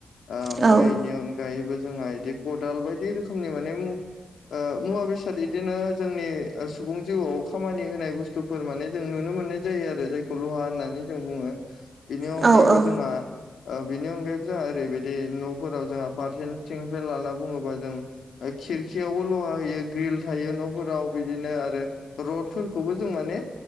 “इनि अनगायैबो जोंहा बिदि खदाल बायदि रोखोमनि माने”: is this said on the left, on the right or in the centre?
Left